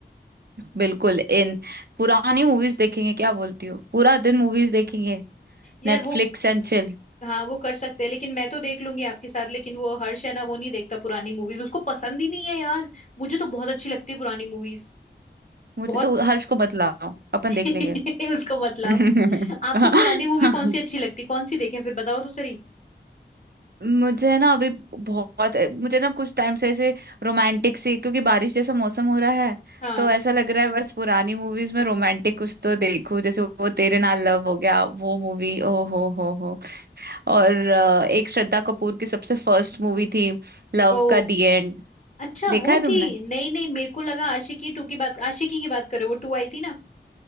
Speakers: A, on the right; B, on the left.
A: बिल्कुल इन पुरानी मूवीज देखेंगे क्या बोलती हो पूरा दिन मूवीज देखेंगे
B: यार
A: Netflix
B: वो
A: and chill
B: हाँ वो कर सकते हैं लेकिन मैं तो देख लूंगी आपके साथ लेकिन वो हर्ष है ना वो नहीं देखता पुरानी मूवीज उसको पसंद ही नहीं है यार मुझे तो बहुत अच्छी लगती है पुरानी मूवीज
A: मुझे
B: बहुत
A: तो हर्ष को बतलाओ अपन
B: <laughs>
A: देख लेंगे
B: उसको मत
A: <laughs>
B: लाओ आपको पुरानी मूवी कौन सी अच्छी लगती कौन सी देखें फिर बताओ तो सही
A: मुझे ना अभी बहुत मुझे ना कुछ टाइम से ऐसे रोमांटिक सी क्योंकि बारिश जैसा मौसम हो रहा है
B: हाँ
A: तो ऐसा लग रहा है बस पुरानी मूवीज में रोमांटिक कुछ तो देखूं जैसे वो तेरे नाल लव हो गया वो मूवी ओ हो हो हो और अ, एक श्रद्धा कपूर की सबसे फर्स्ट मूवी थी लव
B: ओ
A: का दी एंड
B: अच्छा
A: देखा
B: वो
A: है तुमने
B: थी नहीं नहीं मेरे को लगा आशिकी टू की बात आशिकी की बात करो वो टू आई थी ना